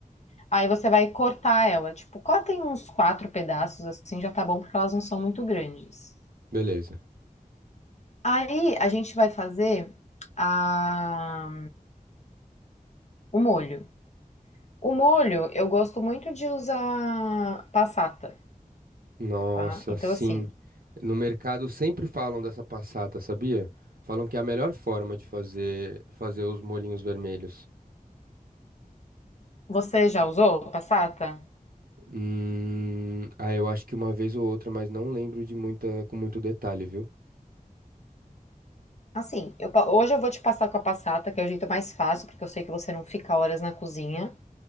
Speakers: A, on the left; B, on the right.
A: Aí você vai cortar ela, tipo, cortem uns quatro pedaços assim, já tá bom porque elas não são muito grandes.
B: Beleza.
A: Aí a gente vai fazer a... o molho. O molho eu gosto muito de usar passata,
B: Nossa,
A: tá? Então
B: sim.
A: assim,
B: No mercado sempre falam dessa passata, sabia? Falam que é a melhor forma de fazer fazer os molhinhos vermelhos.
A: você já usou passata?
B: Hum, ah, eu acho que uma vez ou outra, mas não lembro de muita, com muito detalhe, viu?
A: Assim, eu pa- hoje eu vou te passar com a passata, que é o jeito mais fácil, porque eu sei que você não fica horas na cozinha.